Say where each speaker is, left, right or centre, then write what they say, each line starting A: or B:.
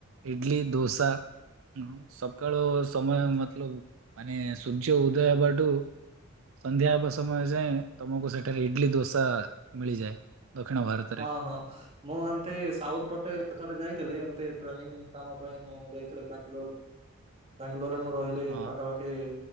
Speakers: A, on the right; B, on the right.
A: ଇଟଲି ଦୋସା ହଁ ସକାଳ ସମୟ ମତଲବ ମାନେ ସୂର୍ଯ୍ୟ ଉଦୟ ହେବା ଠୁ ସନ୍ଧ୍ୟା ହେବା ସମୟ ଯାଏଁ ତମକୁ ସେଠାରେ ଇଟଲି ଦୋସା ମିଳିଯାଏ। ଦକ୍ଷିଣ ଭାରତ
B: ହଁ ହଁ ମୁଁ ଏମତି ସାଉଥ ପଟେ ଥରେ ଯାଇଥିଲି ଏମତି ଟ୍ରେନିଂ କାମ ପାଇଁ ମୁଁ ଯାଇଥିଲି ବାଙ୍ଗଲୋର। ବାଙ୍ଗଲୋର ରେ ମୁଁ ରହିଲି
A: ହଁ
B: ପାଖାପାଖି